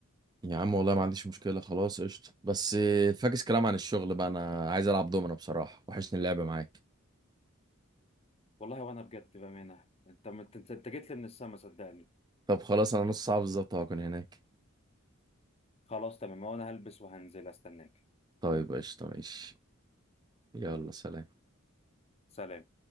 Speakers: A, on the right (about 20°); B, on the left (about 30°).
A: يا عم والله ما عنديش مشكله خلاص قشطه بس آه، فاكس كلام عن الشغل بقى انا عايز العب دومنا بصراحه وحشني اللعب معاك
B: والله وانا بجد بامانه انت انت أنت جيت لي من السما صدقني
A: طب خلاص انا نص ساعه بالظبط هكون هناك
B: خلاص تمام وانا هلبس وهنزل استناك
A: طيب قشطه ماشي يلا سلام
B: سلام